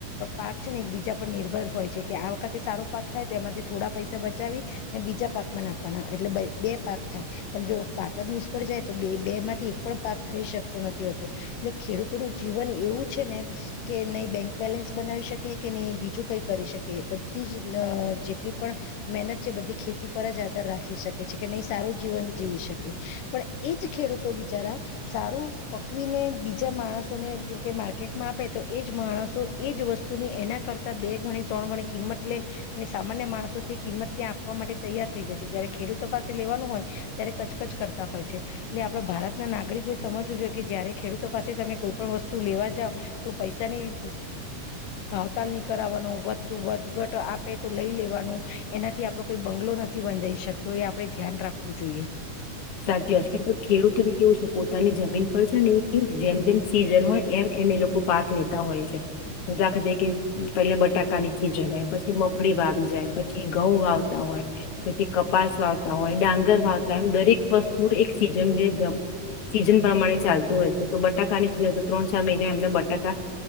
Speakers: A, on the left (about 80°); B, on the left (about 55°).
A: પાક છે ને એક બીજા પર નિર્ભર હોય છે કે આ વખતે સારો પાક થાય તો એમાંથી થોડા પૈસા બચાવી ને બીજા પાકમાં નાખવાના એટલે બય બે પાક થાય, પણ જો પાક જ નિષ્ફળ જાય તો બે બે માંથી એક પણ પાક થઈ શકતો નથી હોતો એટલે ખેડૂતો ન જીવન એવું છે ને કે નઈ બેંક બેલેન્સ બનાવી શકે કે નહી બીજું કઈ કરી શકે બધી જ ન જેટલી પણ મહેનત છે બધી ખેતી પર જ આધાર રાખી શકે છે કે નહી સારું જીવન જીવી શકે પણ એજ ખેડૂતો બિચારા સારું પકવીને બીજા માણસોને કેમ કે માર્કેટમાં આપે તો એજ માણસો એજ વસ્તુની એના કરતા બે ગણી ત્રણ ગણી કિંમત લે ને સામાન્ય માણસો તે કિંમત ત્યાં આપવા માટે તૈયાર થઈ જાય છે જયારે ખેડૂતો પાસે લેવાનું હોય ત્યારે કચકચ કરતા હોય છે એટલે આપડ ભારતના નાગરિકોએ સમજવું જોઈએ કે જયારે ખેડૂતો પાસે તમે કોઈ પણ વસ્તુ લેવા જાવ તો પૈસાની ભાવતાલ નહી કરાવાનો વધતું વધઘટ આપે તો લઈ લેવાનો એનાથી આપડો કોઈ બંગલો નથી બંધઈ શકતો એ આ પણે ધ્યાન રાખવું જોઈએ.
B: સાચી વાત છે કેમ કે ખેડૂતોને કેવું છે પોતાની જમીન પર છે ને <unintelligible> જેમ જેમ સીઝન હોય એમ એમ એ લોકો પાક લેતા હોય છે. <unintelligible> કે પેલા બટાકાની સીઝન હોય પછી મગફળી વાવી જાય પછી ઘઉં વાવતા હોય પછી કપાસ વાવતા હોય ડાંગર વાવતા હોય એમ દરેક વસ્તુ એક સીઝન <unintelligible> સીઝન પ્રમાણે ચાલતું હોય, તો બટાકાની સીઝન હોય તો ત્રણ ચાર મહિને એમને બટાકા